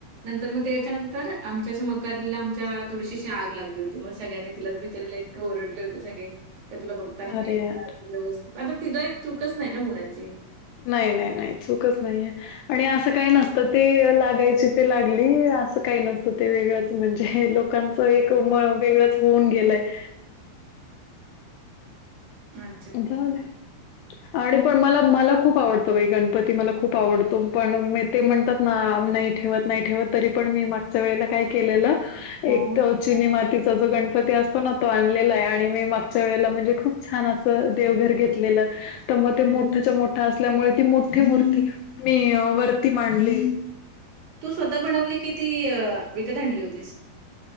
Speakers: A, on the right; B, on the left.
A: नंतर मग ते त्याच्यानंतर आमच्या मकालीला आमच्या थोडीशी आग लागली होती, मग सगळ्यांनी तिलाच बिचारीला ओरडले होते सगळे, का तुला बघ
B: अरे यार
A: व्यवस्थित आता तिथ चूकच नाही ना कोनाची <unintelligible>
B: नाही, नाही, नाही, चूकच नाहीये आणि असं काही नसत. ते लागायची ते लागली असं काही नसतं ते वेगळंच म्हणजे लोकां एक म वेगळंच होऊन गेलंय.
A: अ
B: जावू दे आणि पण मला मला खूप आवडतं. गणपती मला खूप आवडतो पण म ते म्हणतात ना नाही ठेवत नाही ठेवत तरी पण मी मागच्या वेळेला काय केलेलं
A: हां.
B: एक तर चिनी मातीचा जो गणपती असतो ना तो आणलेला आहे आणि मी मागच्या वेळेला म्हणजे खूप छान असतो देवघर घेतले तर मग ते मोठ्या
A: अरे!
B: मोठ असल्यामुळे ती मोठी मूर्ती मी वरती मांडली
A: तू स्वतः बनवली की ती विकत आणली होतीस.